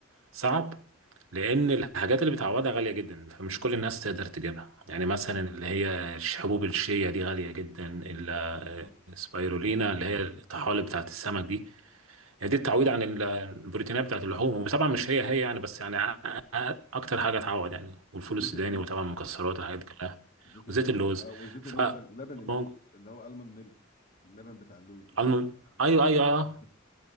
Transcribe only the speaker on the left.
جدا
بالظبط
جدا بالظبط
وزيت
اللوز
وزيت
اللوز
اه وزيت
اللوز سن... لبن اللوز
اللي هو المون ميلك اللبن بتاع اللوز مش
لبن عادي
<laughs>